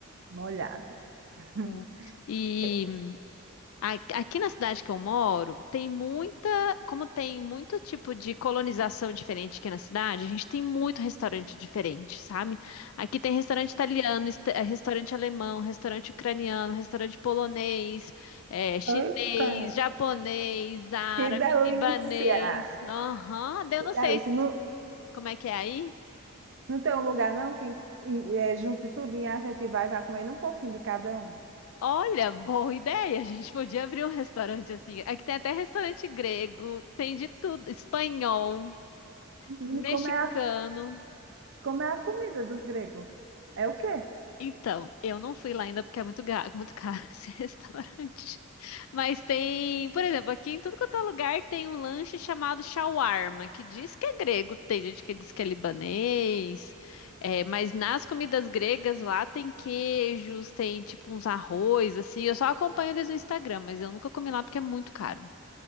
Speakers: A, on the right; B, on the left.
A: molhado. <laughs>
B: é. E
A: E-
B: A- Aqui na cidade que eu moro, tem muita, como tem muito tipo de colonização diferente aqui na cidade, a gente tem muito restaurante diferente, sabe? Aqui tem restaurante italiano, est- eh, restaurante alemão, restaurante ucraniano, restaurante polonês, eh, chinês,
A: Eita,
B: japonês, árabe,
A: que delícia!
B: libanês. Aham, daí
A: Que
B: eu não
A: delícia.
B: sei se-
A: Não,
B: como é que é aí.
A: não tem um lugar, não, que e, é, junte tudo e a gente vai, vai comendo um pouquinho de cada um.
B: Olha, boa ideia, a gente podia abrir um restaurante assim. Aqui tem até restaurante grego, tem de tudo, espanhol.
A: Menina,
B: Mexicano.
A: e como é a, como é a comida dos gregos? É o quê?
B: Então, eu não fui lá ainda porque é muito, ga- muito caro <laughs> esse restaurante. Mas tem, por exemplo, aqui em tudo quanto é lugar tem um lanche chamado shawarma, que diz que é grego, tem gente que diz que é libanês. É, mas nas comidas gregas lá tem queijos, tem tipo uns arroz, assim. Eu só acompanho eles no Instagram, mas eu nunca comi lá porque é muito caro.